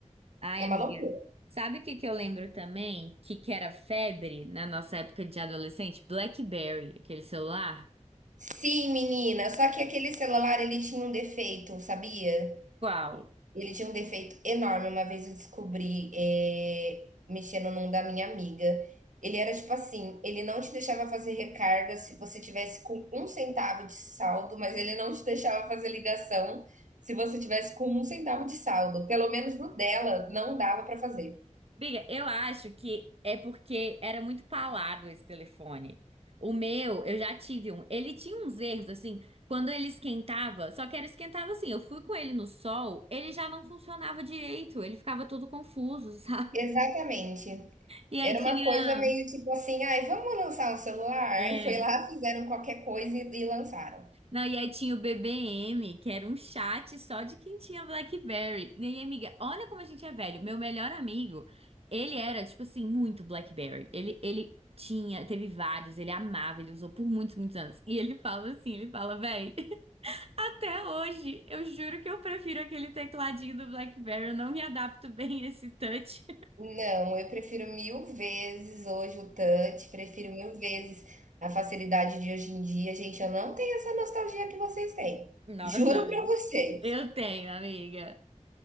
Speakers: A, on the right (about 50°); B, on the right (about 80°).
A: Ai,
B: É
A: amiga.
B: uma loucura.
A: Sabe o que que eu lembro também? Que que era febre na nossa época de adolescente? BlackBerry, aquele celular.
B: Sim, menina, só que aquele celular ele tinha um defeito, sabia?
A: Qual?
B: Ele tinha um defeito enorme. Uma vez eu descobri, eh, mexendo num da minha amiga. Ele era tipo assim: ele não te deixava fazer recarga se você tivesse com um centavo de saldo, mas ele não te deixava fazer ligação se você tivesse com um centavo de saldo. Pelo menos no dela, não dava pra fazer.
A: Amiga, eu acho que é porque era muito palado esse telefone. O meu, eu já tive um. Ele tinha uns erros, assim, quando ele esquentava, só que era esquentava assim. Eu fui com ele no sol, ele já não funcionava direito, ele ficava todo confuso, <laughs> sabe?
B: Exatamente.
A: E aí
B: Era
A: tinha.
B: uma coisa meio tipo assim: ai, vamos lançar um celular?
A: É,
B: Aí foi lá, fizeram qualquer coisa e e lançaram.
A: Não, e aí tinha o BBM, que era um chat só de quem tinha BlackBerry. E aí, amiga, olha como a gente é velho. Meu melhor amigo, ele era, tipo assim, muito BlackBerry. Ele, ele tinha, teve vários, ele amava, ele usou por muitos, muitos anos. E ele fala assim, ele fala, véi, <laughs> até hoje, eu juro que eu prefiro aquele tecladinho do BlackBerry, eu não me adapto bem a esse touch.
B: Não, eu prefiro mil vezes hoje o touch, prefiro mil vezes a facilidade de hoje em dia. Gente, eu não tenho essa nostalgia que vocês têm.
A: <laughs> Nossa,
B: Juro
A: amiga.
B: pra vocês.
A: Eu tenho, amiga.